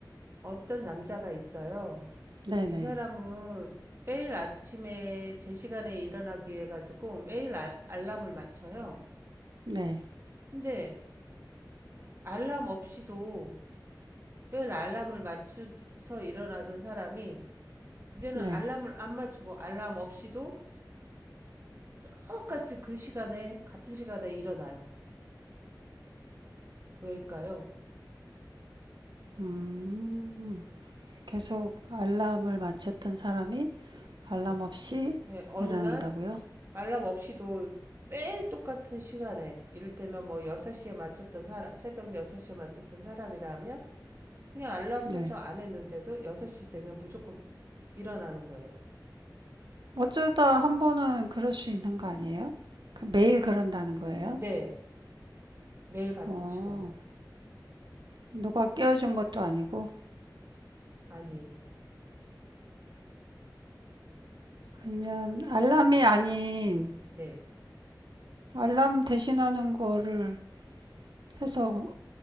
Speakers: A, on the right; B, on the right.
A: 어떤 남자가 있어요.
B: 네네.
A: 이 사람은 매일 아침에 제 시간에 일어나기 위해 가지고 매일 알, 알람을 맞춰요.
B: 네.
A: 근데 알람 없이도 매일 알람을 맞춰서 일어나던 사람이 이제는
B: 네.
A: 알람을 안 맞추고 알람 없이도 똑같이 그 시간에 같은 시간에 일어나요. 왜일까요?
B: 음. 계속 알람을 맞췄던 사람이 알람
A: 네.
B: 없이
A: 네, 어느
B: 일어난다고요?
A: 날 알람 없이도 매일 똑같은 시간에 이를테면 뭐 6시에 맞췄던 사람, 새벽 6시에 맞췄던 사람이라면 그냥 알람
B: 네.
A: 설정 안 했는데도 6시 되면 무조건 일어나는 거예요.
B: 어쩌다 한 번은 그럴 수 있는 거 아니에요? 그 매일 그런다는 거예요?
A: 네. 매일 같은
B: 어.
A: 시간에요.
B: 누가 깨워준 것도 아니고
A: 아니에요.
B: 아니면 알람이 아닌
A: 네.
B: 알람 대신하는 거를 해서